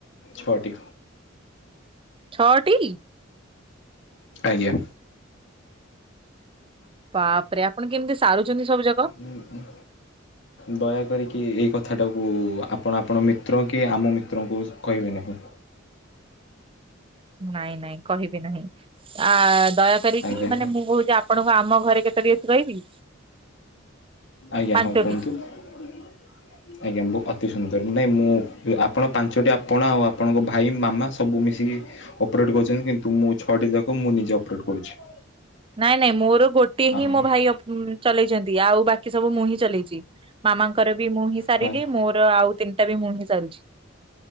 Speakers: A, on the left (about 65°); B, on the right (about 25°).
A: ଛଅଟି।
B: ଛଅଟି।
A: ଆଜ୍ଞା।
B: ବାପ୍ ରେ ଆପଣ କେମିତି ସାରୁଚନ୍ତି ସବୁ ଜାକ?
A: ଉଁ ଉଁ। ଦୟାକରିକି ଏଇ କଥାଟାକୁ ଆପଣ ଆପଣ ମିତ୍ର କି ଆମ ମିତ୍ରଙ୍କୁ କହିବେ ନାହିଁ।
B: ନାଇଁ ନାଇଁ, କହିବି ନାହିଁ। ଆ ଦୟାକରିକି
A: ଆଜ୍ଞା
B: ମାନେ ମୁଁ କହୁଛି ଆପ ଆପଣଙ୍କୁ ଆମ ଘରେ କେତୋଟି ଅଛି କହିବି?
A: ଆଜ୍ଞା
B: ପାଞ୍ଚଟି।
A: ହଁ କୁହନ୍ତୁ। ଆଜ୍ଞା, ଅତି ସୁନ୍ଦର। ନାହିଁ ମୁଁ ଆପଣ ପାଞ୍ଚଟି ଆପଣା ଆଉ ଆପଣଙ୍କ ଭାଇ ମାମା ସବୁ ମିଶିକି ଅପରେଟ୍ କରୁଛନ୍ତି କିନ୍ତୁ ମୁଁ ଛଅଟି ଯାକ ମୁଁ ନିଜେ ଅପରେଟ୍ କରୁଛି।
B: ନାଇଁ ନାଇଁ ମୋର ଗୋଟିଏ
A: ହଁ
B: ହିଁ ମୋ ଭାଇ ଅପ୍ ଚଲେଇଛନ୍ତି, ଆଉ ବାକି ସବୁ ମୁଁ ହିଁ ଚଲେଇଛି। ମାମାଙ୍କର ବି ମୁଁ ହିଁ ସାରିଲି,
A: ହଁ
B: ମୋର ଆଉ ତିନିଟା ବି ମୁଁ ହିଁ ସାରୁଛି।